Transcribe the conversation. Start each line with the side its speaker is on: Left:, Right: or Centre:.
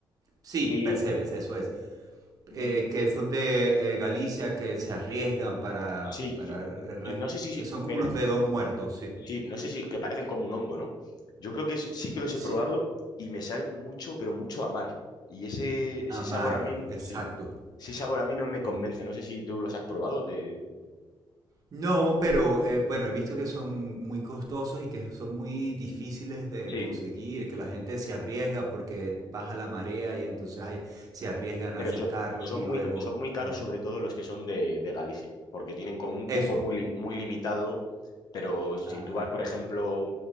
Right: Sí,
Left: Y
Right: percebes, eso es.
Left: mm,
Right: eh, que son de eh, Galicia, que se arriesgan para,
Left: sí,
Right: para
Left: yo-
Right: eh,
Left: yo-
Right: re-
Left: no sé si, si,
Right: que son como
Left: per-
Right: unos dedos muertos, sí.
Left: sí, no sé si, que parecen como un hongo, ¿no? Yo creo que s- sí que los he
Right: Sí.
Left: probado y me saben mucho, pero mucho a mar. Y ese, ese
Right: Amar,
Left: sabor a mí,
Right: exacto.
Left: sí, ese sabor a mí no me convence.
Right: Ujú.
Left: No sé si tú los has probado. Te...
Right: No, pero eh, bueno, he visto que son muy costosos y que son muy difíciles de
Left: Sí.
Right: conseguir, que la gente se arriesga porque baja la marea y entonces ahí se arriesgan
Left: Pero
Right: a sacarlos
Left: so- son
Right: y luego...
Left: muy, ca- son muy caros,
Right: Ujú.
Left: sobre todo los que son de, de Galicia, porque tienen como un
Right: Eso.
Left: cupo muy, li- muy limitado. Pero si
Right: Ah,
Left: tú vas, por ejemplo,